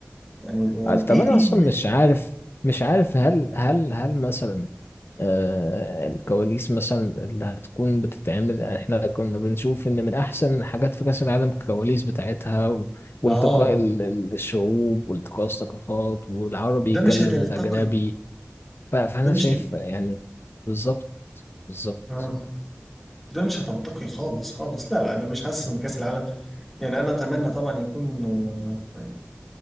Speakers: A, in the centre; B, on the left.
A: يعني يعني
B: عارف- طب
A: ايه
B: انا
A: ايه
B: اصلا
A: اللي
B: مش عارف مش عارف هل هل هل مثلا آه الكواليس مثلا اللي هتكون بتتعمل يعني احنا كنا بنشوف ان من احسن الحاجات في كاس العالم الكواليس بتاعتها و... والتقاء
A: اه
B: ال... ال- الشعوب والتقاء الثقافات والعربي
A: ده
B: يكلم
A: مش هتلتقي
B: الاجنبي ف... فانا
A: ده مش
B: شايف
A: هت...
B: يعني بالظبط بالظبط
A: آه. ده مش هتلتقي خالص خالص لا لا انا مش حاسس ان كاس العالم يعني انا اتمنى طبعا يكون آه